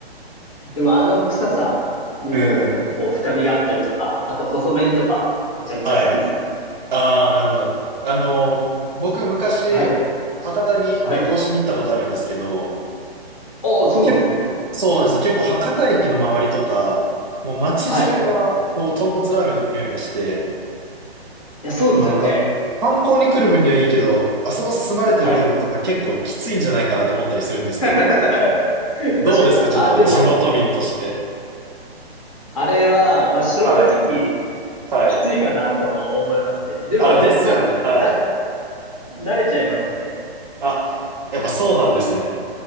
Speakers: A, on the left; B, on the right.
A: でもあの臭さにもなんかこう深みがあったりとか、
B: うんうん。
A: あと細麺とかめちゃめちゃ好きですね。
B: はい。ああ、なるほど。あの、僕昔、
A: はい。
B: 博多に旅行しに行ったことあるんですけど、
A: はい。ああ、そうなんですね。
B: けそうなんですよ。結構博多駅の周りとか、もう街中が、
A: はい。い
B: こう、豚骨ラーメンの匂いがして、
A: や、そうですよね。
B: まあなんか、観光に来る分にはいいけど、あそこ住まれてる方とか結構きついんじゃないかなと思ったりするんですけど、
A: はい。<laughs> 確か
B: どうですかちょっと地元民として。
A: に。あれ、でも、あれは、まあ、正直、
B: はい。はい。
A: きついかなとは思いますね。でも、
B: あ、ですよね。
A: まあ、
B: はい。
A: な、慣れちゃいますね。
B: あ、やっぱそうなんですね。